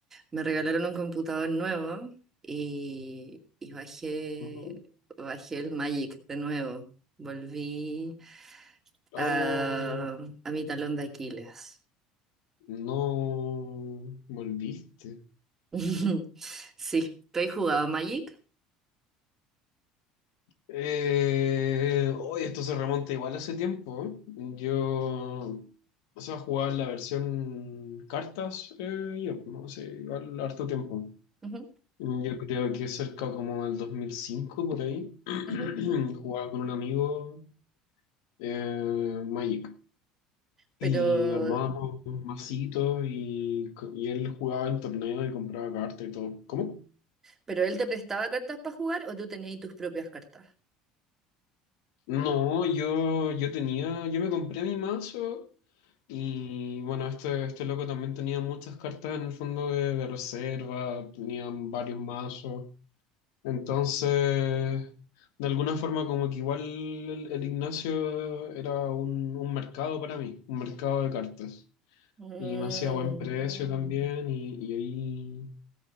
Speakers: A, on the right; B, on the left.
A: me regalaron un computador nuevo y, y bajé,
B: Ujú.
A: bajé el Magic de nuevo. Volví
B: Oh,
A: a, a mi talón de Aquiles.
B: no. Volviste.
A: <laughs> Sí, tú has jugado Magic.
B: Eh, hoy esto se remonta igual hace tiempo, ¿eh? Yo, o sea, jugaba la versión cartas, eh, yo, no sé, igual harto tiempo.
A: Ujú,
B: Mm, Yo creo que cerca como del 2005 por ahí, <clears throat>
A: ujú, ujú.
B: jugaba con un amigo eh, Magic
A: Pero,
B: y armábamos masitos y, co- y él jugaba en torneo y compraba cartas y todo. ¿Cómo?
A: pero él te prestaba cartas para jugar o tú tenías tus propias cartas.
B: No, yo, yo tenía, yo me compré mi mazo y bueno, este, este loco también tenía muchas cartas en el fondo de, de reserva, tenían varios mazos. Entonces, de alguna forma como que igual el, el Ignacio era un, un mercado para mí, un mercado de cartas.
A: Mm.
B: Y me hacía buen precio también y, y ahí,